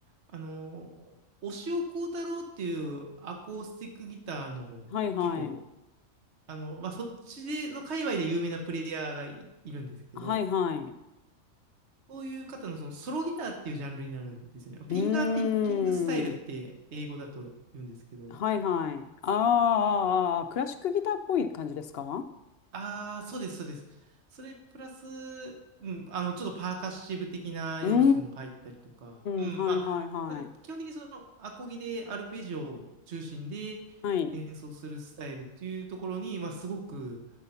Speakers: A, on the right; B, on the left.
A: あの、押尾コ太郎っていうアコースティックギターの結構
B: はいはい。
A: あの、まあ、そっちでの界隈で有名なプレイヤーがい、いるんですけど、
B: はいはい。
A: そういう方のそのソロギターっていうジャンルになるんですよね。フィンガーピッキングスタイルって英語だと言うんですけど、
B: うーん。はいはい。あーあー、あークラシックギターっぽい感じですか
A: ああ、そうです、そうです。それプラス、うん、あの、ちょっとパーカッシブ的な要素も入ったりとか、
B: うー
A: うん、
B: ん。はいはいはい。
A: まあ、ただ基本的にそのアコギでアルペジオを中心で演奏するスタイルっていうところに、
B: はい。
A: まあ、すごく